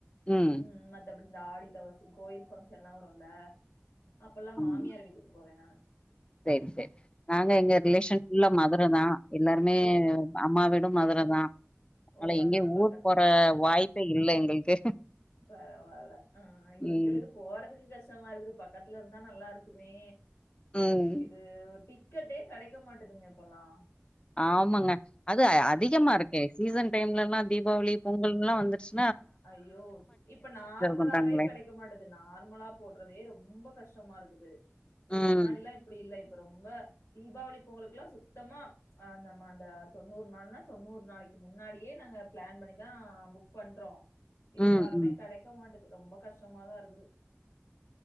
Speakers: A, on the left (about 20°); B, on the left (about 65°).
A: ம்
B: உம் மத்த அப்டி இந்த ஆடித்தவச கோயில் பங்க்ஷன் எலாம் வரும்ல அப்பெல்லாம்
A: ஆமாமா
B: மாமியார் வீட்டுக்கு போவேன் நான்
A: சேரி சேரி நாங்க எங்க
B: அ
A: ரிலேஷன் புல்லா மதுர தான் எல்லாரு <unintelligible>
B: ஓகே
A: விடும் மதுர தான் அதனால
B: ஓ
A: எங்கேயும்
B: பக்கத்துல
A: ஊர் போற வாய்ப்பே இல்ல எங்களுக்கு
B: பரவால்ல ஆஹ் எங்களுக்கு
A: ம்
B: போறதுக்கு கஷ்டமா இருக்குது பக்கத்துல இருந்தா நல்லா இருக் க்குமே
A: ம்
B: இது டி க்கெட்டே கெடைக்க மாட்டதுங்க இப்பல்லா
A: ஆமாங்க அது அதிகமா
B: ம்
A: இருக்கே சீசன் டைம்லல்லா தீபாவளி பொங்கல்லா வந்துருச்சு
B: அய்யோ இப்ப நார்மலாவே
A: பண்றாங்களே.
B: கெடைக்க மாட்டது நார்மலா போடுறதே ரொம்ப கஷ்டமா இருக்குது இதுக்கு
A: ம்,
B: முன்னாடில்லா இப்படி இல்ல இப் ப ரொம்ப தீபாவளி பொங்கலுக்குல்லா சுத்தமா அ நம்ம அந்த தொண்ணூறு நாள்னா தொண்ணூறு நாளக்கி முன்னாடியே நாங்க ப்ளான் பண்ணிதா புக் பண்றோ இருந்தாலுமே
A: ம், ம்.
B: கெடைக்க மாட்டது ரொம்ப கஷ்டமாதா இருக்குது